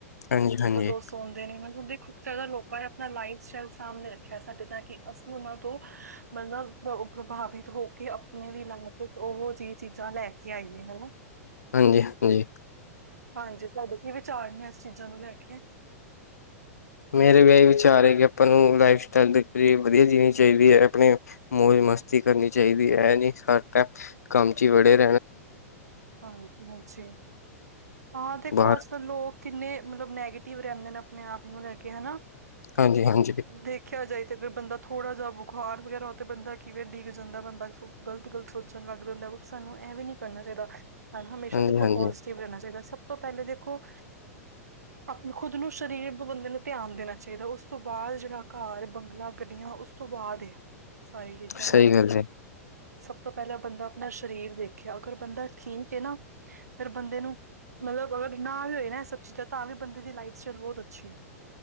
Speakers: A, on the left; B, on the right.
A: ਹਾਂਜੀ ਹਾਂਜੀ
B: ਕਦੋਂ ਸੋਂ ਮਤਲਬ ਕਿ ਦੇਖੋ, ਕਈ ਵਾਰ ਲੋਕਾਂ ਨੇ ਆਪਣਾ ਲਾਈਫ ਸਟਾਈਲ ਸਾਹਮਣੇ ਰੱਖਿਆ ਸਾਡੇ, ਤਾਂ ਕਿ ਅਸੀਂ ਉਹਨਾਂ ਤੋਂ ਹਹਹਹ। ਮਤਲਬ ਪ੍ਰਭਾਵਿਤ ਹੋ ਕੇ ਆਪਣੇ ਵੀ ਲਾਈ ਉਹੋ ਜਿਹੀ ਚੀਜ਼ਾਂ ਲੈ ਕੇ ਆਈਆਂ ਹਨਾ <inaudible> <inaudible>
A: ਹਾਂਜੀ -ਹਾਂਜੀ।
B: ਹਾਂਜੀ, ਤੁਹਾਡੇ ਕੀ ਵਿਚਾਰ ਨੇ ਇਸ ਚੀਜ਼ਾਂ ਨੂੰ ਲੈ ਕੇ?
A: ਮੇਰੇ ਵੀ ਇਹੀ ਵਿਚਾਰ ਹੈ ਕਿ ਆਪਾਂ ਨੂੰ ਲਾਈਫ ਸਟਾਈਲ ਵਧੀਆ ਜੀਣੀ ਚਾਹੀਦੀ ਹੈ ਆਪਣੇਂ ਮੌਜ ਮਸਤੀ ਕਰਨੀ ਚਾਹੀਦੀ ਹੈ। ਇਹ ਨੀ ਹਰ ਟਾਈਮ ਕੰਮ ਚ ਹੀ ਬੜੇ ਰਹੋ।
B: ਹਾਂਜੀ ਹਾਂਜੀ। ਹਾਂ ਦੇਖੋ
A: ਬਾਹਰ
B: ਅੱਜ ਲੋਕ ਕਿੰਨੇ ਮਤਲਬ ਨੈਗੇਟਿਵ ਰਹਿੰਦੇਂ ਨੇ, ਆਪਣੇ ਆਪ ਨੂੰ ਲੈ ਕੇ ਹਨਾ।
A: ਹਾਂਜੀ- ਹਾਂਜੀ।
B: ਦੇਖਿਆ ਜਾਏ ਤੇ, ਫੇਰ ਬੰਦਾਂ ਥੋੜ੍ਹਾ ਜਿਹਾ ਬੁਖ਼ਾਰ ਵਗੈਰਾ ਹੋ, ਤੇ ਬੰਦਾਂ ਕਿਵੇਂ ਡਿੱਗ ਜਾਂਦਾ ਬੰਦਾ ਸੋ। ਗ਼ਲਤ ਗਲਤ ਸੋਚਣ ਲੱਗ ਜਾਂਦਾ ਹੈ। ਬਟ ਸਾਨੂੰ ਇਹਵੇ ਨੀ ਕਰਨਾ ਚਾਹੀਦਾ, ਸਾਨੂੰ ਹਮੇਸ਼ਾ
A: ਹਾਂਜੀ
B: ਦੇਖੋ
A: ਹਾਂਜੀ
B: ਪੋਜੀਟਿਵ ਰਹਿਣਾ ਚਾਹੀਦਾ, ਸਭ ਤੋਂ ਪਹਿਲੇ ਦੇਖੋ ਆਪਣੇ ਖੁਦ ਨੂੰ, ਸਰੀਰ ਨੂੰ ਬੰਦੇ ਨੂੰ ਧਿਆਨ ਦੇਣਾ ਚਾਹੀਦਾ। ਉਸ ਤੋਂ ਬਾਅਦ ਜਿਹੜਾ ਘਰ ਬੰਗਲਾ ਗੱਡੀਆਂ ਉਸ ਉਸ ਤੋਂ ਬਾਅਦ ਏ ਸਾਰੀਆ ਚੀਜ਼ਾਂ
A: ਸਹੀ
B: ਹਨਾ।
A: ਗੱਲ ਹੈ
B: ਸਭ ਤੋਂ ਪਹਿਲਾਂ ਬੰਦਾਂ ਆਪਣਾ ਸਰੀਰ ਸਰੀਰ ਦੇਖਿਆ। ਅਗਰ ਬੰਦਾਂ ਠੀਕ ਹੈ ਨਾ ਹ ਫਿਰ ਬੰਦੇ ਨੂੰ ਮਤਲਬ, ਅਗਰ ਨਾ ਵੀ ਹੋਏ ਨਾ ਇਹ ਸਭ ਚੀਜ਼ਾਂ, ਤਾਂ ਵੀ ਬੰਦੇ ਦੀ ਲਾਈਫ ਸਟਾਈਲ ਬਹੁਤ ਅੱਛੀ ਹੈ।